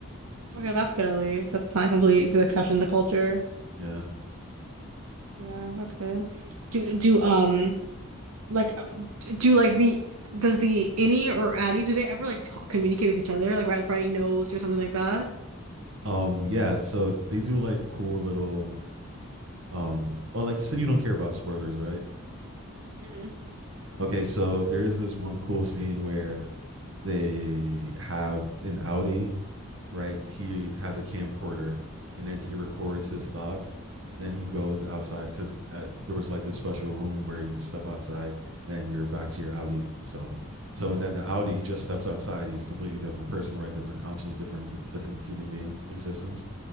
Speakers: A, on the right; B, on the right.
A: Okay, that's good at least. That's not complete it's an exception in the culture.
B: Yeah.
A: Yeah, that's good. Do do um like uh, do like the does the Innie or Addie do they ever like talk communicate with each other like write, writing notes or something like that?
B: Um, yeah, so they do like cool little um oh like you said you don't care about spoilers, right?
A: Mm-hmm.
B: Okay, so there is this one cool scene where they have an Audi, right? He has a camcorder and then he records his thoughts. Then he goes outside because there was like this special room where you step outside, then you're back to your Audi self. So and then the Audi,
A: Mm-hmm.
B: he just steps outside. He's a completely different person, right? Different conscious, different different human being existence.